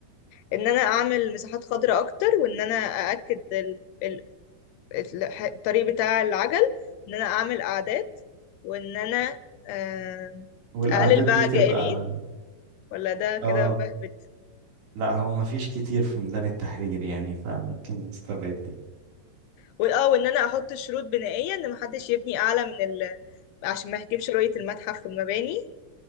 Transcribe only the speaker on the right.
والاعداد
دي تبقى
اه
لا هو مفيش كتير في ميدان التحرير يعني فممكن نستبعد دي